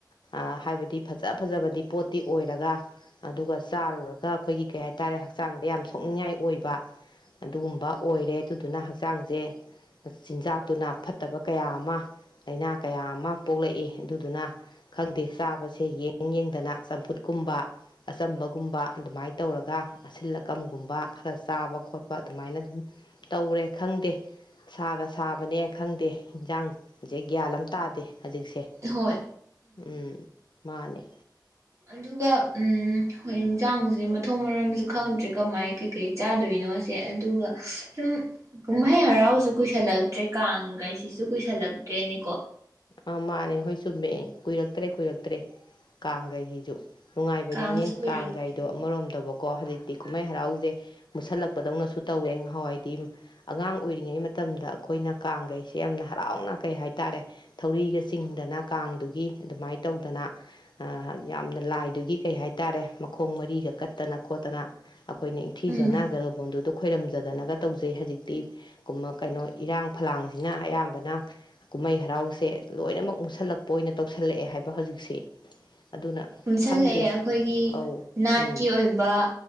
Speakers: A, on the left; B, on the right.
A: ꯍꯥꯏꯕꯗꯤ ꯐꯖ ꯐꯖꯕꯗꯤ ꯄꯣꯠꯇꯤ ꯑꯣꯏꯔꯒ ꯑꯗꯨꯒ ꯆꯥꯔꯨꯔꯒ ꯑꯩꯈꯣꯏꯒꯤ ꯀꯩ ꯍꯥꯏꯇꯥꯔꯦ ꯍꯛꯆꯥꯡꯗ ꯌꯥꯝ ꯁꯣꯛꯅꯤꯡꯉꯥꯏ ꯑꯣꯏꯕ ꯑꯗꯨꯒꯨꯝꯕ ꯑꯣꯏꯔꯦ ꯑꯗꯨꯗꯨꯅ ꯍꯛꯆꯥꯡꯁꯦ ꯆꯤꯟꯖꯥꯛꯇꯨꯅ ꯐꯠꯇꯕ ꯀꯌꯥ ꯑꯃ ꯂꯩꯅꯥ ꯀꯌꯥ ꯑꯃ ꯄꯣꯛꯂꯛꯏ ꯑꯗꯨꯗꯨꯅ ꯈꯪꯗꯦ ꯆꯥꯕꯁꯦ ꯌꯦꯡ ꯌꯦꯡꯗꯅ ꯆꯝꯐꯨꯠꯀꯨꯝꯕ ꯑꯆꯝꯕꯒꯨꯝꯕ ꯑꯗꯨꯃꯥꯏꯅ ꯇꯧꯔꯒ ꯑꯁꯤꯜ ꯑꯀꯝꯒꯨꯝꯕ ꯈꯔ ꯆꯥꯕ ꯈꯣꯠꯄ ꯑꯗꯨꯃꯥꯏꯅ ꯑꯗꯨꯝ ꯇꯧꯔꯦ ꯈꯪꯗꯦ ꯁꯥꯒ ꯁꯥꯕꯅꯦ ꯈꯪꯗꯦ ꯏꯟꯖꯥꯡꯁꯦ ꯒ꯭ꯌꯥꯟ ꯑꯃ ꯇꯥꯗꯦ ꯍꯧꯖꯤꯛꯁꯦ
B: ꯍꯣꯏ
A: ꯎꯝ ꯃꯥꯅꯦ
B: ꯑꯗꯨꯒ ꯎꯝ ꯍꯣꯏ ꯏꯟꯖꯥꯡꯖꯦ ꯃꯊꯣꯡ ꯃꯔꯝꯖꯨ ꯈꯪꯗ꯭ꯔꯦ ꯀꯃꯥꯏ ꯀꯩꯀꯩ ꯆꯥꯗꯣꯏꯅꯣꯁꯦ ꯑꯗꯨꯒ ꯁꯨꯝ ꯀꯨꯝꯍꯩ ꯍꯔꯥꯎꯁꯨ ꯀꯨꯏꯁꯜꯂꯛꯇ꯭ꯔꯦ ꯀꯥꯡ ꯀꯥꯏꯁꯤꯁꯨ ꯀꯨꯏꯁꯜꯂꯛꯇ꯭ꯔꯦꯅꯦꯀꯣ
A: ꯑ ꯃꯥꯅꯦ ꯍꯣꯏ ꯆꯨꯝꯃꯦ ꯀꯨꯏꯔꯛꯇ꯭ꯔꯦ ꯀꯨꯏꯔꯛꯇ꯭ꯔꯦ ꯀꯥꯡꯈꯥꯏꯖꯤꯖꯨ ꯅꯨꯡꯉꯥꯏꯕꯅꯤꯅꯦ
B: ꯀꯥꯡꯁꯨ ꯀꯨꯏꯔꯛꯇ꯭ꯔꯦ
A: ꯀꯥꯡꯒꯥꯏꯗꯣ ꯑꯃꯔꯣꯝꯗꯕꯣ ꯀꯣ ꯍꯥꯔꯤ ꯀꯨꯝꯍꯩ ꯍꯔꯥꯎꯖꯦ ꯃꯨꯁꯜꯂꯛ ꯄꯗꯧꯅꯁꯨ ꯇꯧꯋꯦ ꯉꯍꯥꯟꯋꯥꯏꯗꯤ ꯑꯉꯥꯡ ꯑꯣꯏꯔꯤꯉꯩ ꯃꯇꯝꯗ ꯑꯩꯈꯣꯏꯅ ꯀꯥꯡꯈꯩꯁꯦ ꯌꯥꯝꯅ ꯍꯔꯥꯎꯅ ꯀꯩ ꯍꯥꯏꯇꯥꯔꯦ ꯊꯧꯔꯤꯒ ꯆꯤꯡꯗꯅ ꯀꯥꯡꯗꯨꯒꯤ ꯑꯗꯨꯃꯥꯏꯅ ꯇꯧꯗꯅ ꯌꯥꯝꯅ ꯂꯥꯏꯗꯨꯒꯤ ꯀꯩ ꯍꯥꯏꯇꯥꯔꯦ ꯃꯈꯣꯡ ꯃꯔꯤꯒ ꯀꯠꯇꯅ ꯈꯣꯠꯇꯅ ꯑꯩꯈꯣꯏꯅ ꯏꯪꯊꯤꯖꯅ
B: ꯎꯝ
A: ꯖꯒꯕꯣꯟꯗꯨꯗ ꯈꯣꯏꯔꯝ ꯐꯖꯗꯅꯒ ꯇꯧꯖꯩ ꯍꯧꯖꯤꯛꯇꯤ ꯀꯩꯅꯣ ꯏꯔꯥꯡ ꯐꯂꯥꯡꯁꯤꯅ ꯑꯌꯥꯝꯕꯅ ꯀꯨꯝꯍꯩ ꯍꯔꯥꯎꯁꯦ ꯁꯦ ꯂꯣꯏꯅꯃꯛ ꯃꯨꯁꯜꯂꯛꯄ ꯑꯣꯏꯅ ꯇꯧꯁꯜꯂꯛꯑꯦ ꯍꯥꯏꯕ ꯍꯧꯖꯤꯛꯁꯦ ꯑꯗꯨꯅ
B: ꯄꯨꯟꯁꯜꯂꯛꯑꯦ
A: ꯈꯪꯗꯦ
B: ꯑꯩꯈꯣꯏꯒꯤ
A: ꯑꯧ
B: ꯅꯥꯠꯀꯤ
A: ꯎꯝ
B: ꯑꯣꯏꯕ